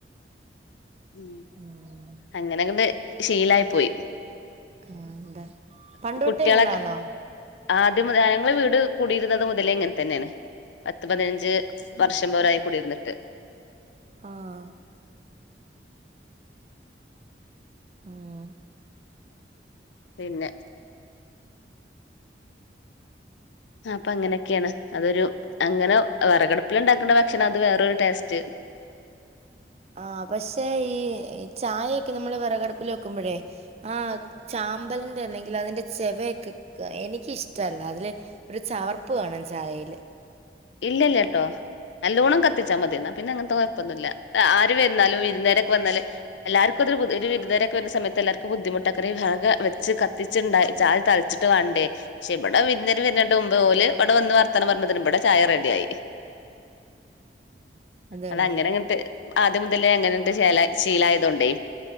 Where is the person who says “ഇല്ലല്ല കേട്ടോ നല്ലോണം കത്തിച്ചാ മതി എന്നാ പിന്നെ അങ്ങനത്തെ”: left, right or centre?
Left